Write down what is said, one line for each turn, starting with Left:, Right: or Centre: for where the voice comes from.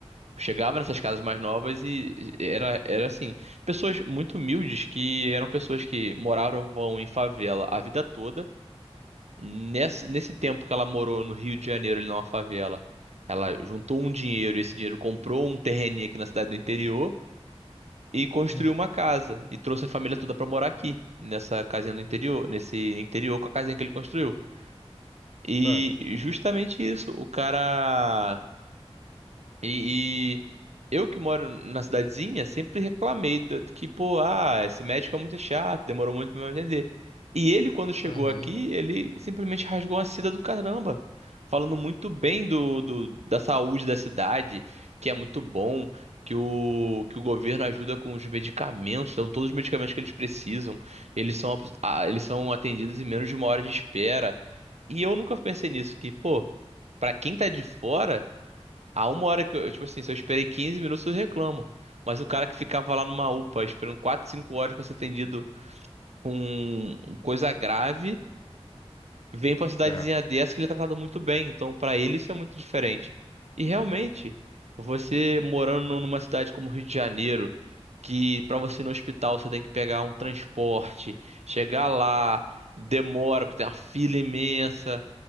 Right: Eu chegava nessas casas mais novas e era, era assim, pessoas muito humildes que eram pessoas que moravam em favela a vida toda. Nesse, nesse tempo que ela morou no Rio de Janeiro, ali numa favela, ela juntou um dinheiro e esse dinheiro comprou um terreninho aqui na cidade do interior. e construiu
Left: uhum,
Right: uma casa e trouxe a família toda pra morar aqui, nessa casinha do interior, nesse interior com a casinha que ele construiu. E
Left: certo.
Right: justamente isso, o cara e, e eu que moro na cidadezinha sempre reclamei do- que, pô, ah, esse médico é muito chato, demorou muito pra me atender. E ele, quando chegou
Left: Uhum,
Right: aqui, ele simplesmente rasgou uma seda do caramba, falando muito bem do, do- da saúde da cidade, que é muito bom, que o, que o governo ajuda com os medicamentos, dão todos os medicamentos que eles precisam, eles são, apos- ah, eles são atendidos em menos de uma hora de espera. E eu nunca pensei nisso, que, pô, pra quem tá de fora. A uma hora que eu, tipo assim, se eu esperei 15 minutos, eu reclamo. Mas o cara que ficava lá numa UPA esperando 4, 5 horas pra ser atendido com coisa grave, vem pra cidadezinha
Left: é.
Right: dessa que ele é tratado muito bem. Então, pra ele, isso é muito diferente. E realmente, você morando numa cidade como Rio de Janeiro, que pra você ir no hospital você tem que pegar um transporte, chegar lá, demora, porque tem uma fila imensa.